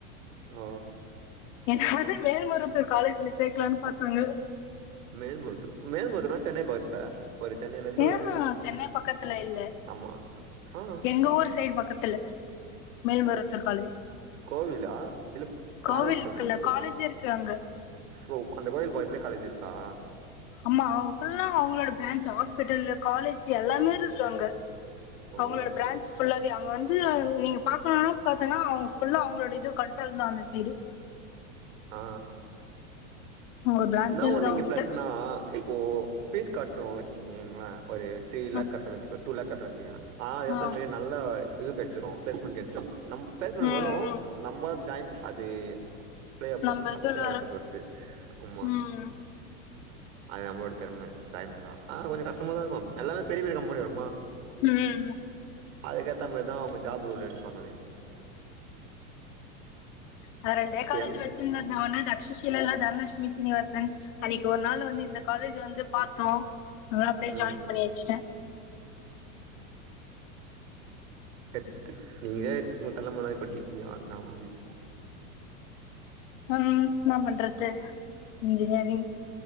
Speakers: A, on the right (about 70°); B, on the left (about 65°).
A: ஓ
B: என்ன வந்து மேல்மருவத்தூர் காலேஜ்ல சேக்கலான்னு பாத்தாங்க
A: மேல்மருவத்தூரு மேல்மருவத்தூர்னா சென்னை பக்கத்துல ஒரு சென்னையில இருந்து
B: ம்ஹூம்
A: ஒரு
B: சென்னை பக்கத்துல இல்ல
A: ஆமா ஆ
B: எங்க ஊர் சைடு பக்கத்துல மேல்மருவத்தூர் காலேஜ்
A: கோவிலா இல்ல
B: கோவில்க்கு
A: காலேஜ் சொல்றீங்களா
B: இல்ல காலேஜு இருக்கு அங்க
A: ஓ அந்த கோவில் பக்கத்துலயே காலேஜ் இருக்கா?
B: ஆமா அவுங்க ஃபுல்லா அவுங்களோட பிரான்ச் ஹாஸ்பிட்டலு காலேஜு எல்லாமே இருக்கு அங்க
A: ஓ
B: அவுங்களோட பிரான்ச் ஃபுல்லாவே அங்க வந் து அத நீங்க பாக்கணுன்னா பாத்தன்னா அவுங் ஃபுல்லா அவங்களோட இது கண் ட்ரோல்தா அந்த சைடு
A: ஆ
B: ஒரு பிரான்ச்
A: என்னா
B: இருக்குது
A: ஒன்னு இங்க
B: அவங்க
A: பிளஸ்னா
B: கிட்ட
A: இப்போ ஃபீஸ் கட்றோ வச்சுக்கீங்களே ஒரு த்ரீ லேக்
B: ம்
A: கட்றோ வெச்சுக்வோ டூ லேக் கட்றோ வெச்சுக்கங்களே ஆ ஏத்தா
B: ம்
A: மாரியே நல்ல இது கெட் ச்சுரு பிளேஸ்மெண்ட் கெட்ச்சுரு நம் பிளேஸ்மெண்ட்
B: ம்
A: வரு
B: ம்.
A: நம்ம அத் ஜாய்ன் அது அப்ளை போட்ற
B: நம்ம
A: அப்ளை
B: இதுல
A: ஆவறத பொறுத்து ஆமா
B: ம்
A: அது நம்மளோட திறம ஜாய்ன் பண்ணா ஆனா கொஞ்ச கஷ்டமாதா இருக்கு எல்லாமே பெரிய பெரிய கம்பெனி வரு
B: ம்
A: அதுக்கேத்தா மாரிதா அவங்க ஜாப் ரோல் எடுப்பாங்களே
B: நா ரெண்டே காலேஜ்
A: என்
B: வச்சிருந்ததுல ஒன்னு தக்சசீல இல்ல தனலட்சுமி சீனிவாசன் அன்னக்கி ஒரு நாள் வந்து இந்த காலேஜு வந்து பாத்தோ அதனால அப்டியே
A: ம்
B: ஜாயின் பண்ணி வச்சிட்டே
A: எட்த்து நீங்களே உங்க தலல மண்ண வாரி கொட்டிட்டீங்க அவ்ளதா முட்ஞ்சிச்சி
B: அம் என்னா பண்றது இன்ஜினியரிங்